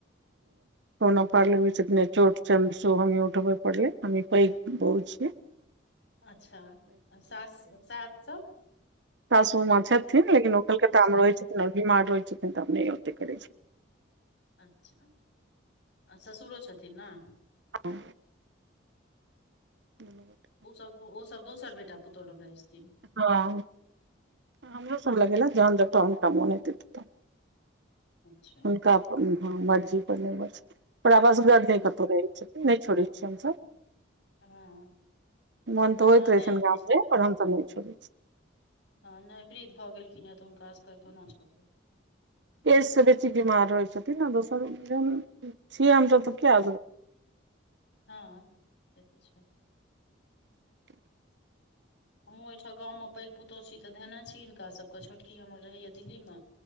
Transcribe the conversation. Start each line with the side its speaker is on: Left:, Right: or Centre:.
Right: सना पारलेबैितने चोट छै हम सो हमी उठबै पढ़ल हमी पै बहु छिय
Left: अच्छा सात सात सए
Right: सासु मां छथिन लेकिन ओ कलकत्ता मे रहै छै बीमार होइ छैन तऽ अपने ओते करै छी
Left: अच्छा आ ससुरो छथिन ने
Right: ह <inaudible>
Left: ओसभ ओ सभ दोसर बेटा पुतौह लग रहै छथिन
Right: हँ हमरो सब लग एला जहन जतऽत हुनका मुन हेतऽते
Left: अच्छा
Right: हुनका हँ मर्जी प निर्भर छै पर आवस गर्द नहि कतहु रहै छथिन नहि छोड़ै छियै हमसभ
Left: हँ
Right: मोन तऽ होइत
Left: हँ नहि
Right: रहै छनि गामके पर हमसभ नहि छोड़ैत छिय
Left: हँ नहि वृद्ध भऽ गेलखिन तऽ हुनका असगर केना छोरबै
Right: एज से बेसी बीमार रहै छथिन ने दोसर छिय हमसभ त किया
Left: हँ से तऽ
Right: <inaudible>
Left: हमहूँ अहिठन गाँवमे पैघ पुतहु छी तऽ धयने छी हिनका सभके छोटकी हमर रहैए दिल्लीमे